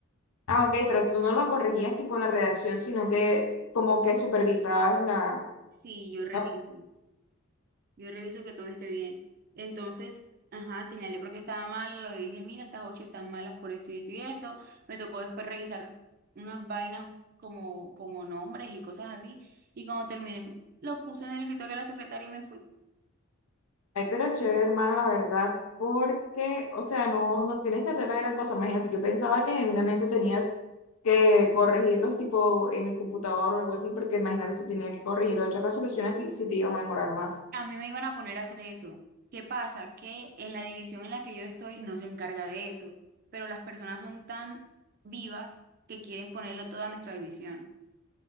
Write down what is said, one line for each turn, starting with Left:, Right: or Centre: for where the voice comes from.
Left: Ah, ok, pero tú no lo corregías tipo en la redacción, sino que como que supervisabas la...
Right: Sí, yo reviso.
Left: la-
Right: Yo reviso que todo esté bien. Entonces, ajá, señalé porque estaba mal, lo dije, mira, estas ocho están malas por esto y esto y esto. Me tocó después revisar unas vainas como, como nombres y cosas así. Y cuando terminé, lo puse en el escritorio de la secretaria y me fui.
Left: Ay, pero chévere, hermano, la verdad, porque, o sea, no, no tienes que hacer la gran cosa. Imagínate, yo pensaba que genuinamente tenías que corregirlos tipo en el computador o algo así, porque imagínate si tenías que corregir ocho resoluciones, ti- si te ibas a demorar más.
Right: A mí me iban a poner a hacer eso. ¿Qué pasa? Que en la división en la que yo estoy no se encarga de eso, pero las personas son tan vivas que quieren ponerlo todo a nuestra división.